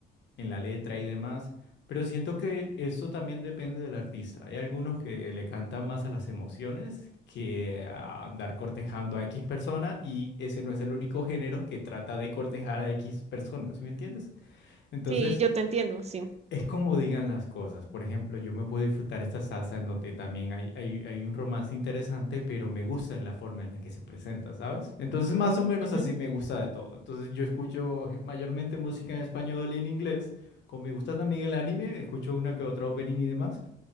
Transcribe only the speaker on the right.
sí, yo te entiendo, sí.
Ujú,